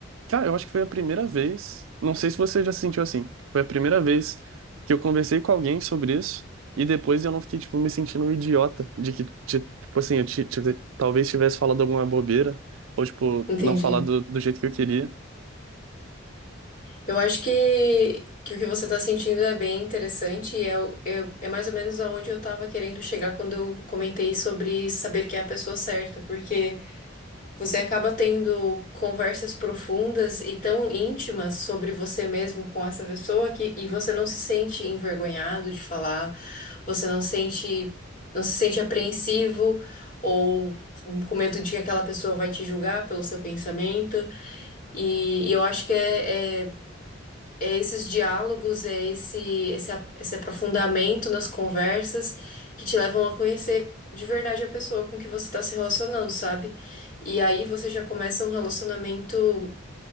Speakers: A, on the right (about 75°); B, on the left (about 40°).
A: cara, eu acho que foi a primeira vez, não sei se você já se sentiu assim, foi a primeira vez que eu conversei com alguém sobre isso e depois eu não fiquei, tipo, me sentindo um idiota de que, ti- tipo assim, eu ti- tive- talvez tivesse falado alguma bobeira ou, tipo,
B: Entendi.
A: não falado do jeito que eu queria.
B: Eu acho que, que o que você tá sentindo é bem interessante e é, o- é, é mais ou menos aonde eu tava querendo chegar quando eu comentei sobre saber que é a pessoa certa, porque. Você acaba tendo conversas profundas e tão íntimas sobre você mesmo com essa pessoa que e você não se sente envergonhado de falar, você não sente, não se sente apreensivo ou com medo de que aquela pessoa vai te julgar pelo seu pensamento. E, e eu acho que é é é esses diálogos, é esse, esse, a- esse aprofundamento nas conversas que te levam a conhecer de verdade a pessoa com que você está se relacionando, sabe? E aí você já começa um relacionamento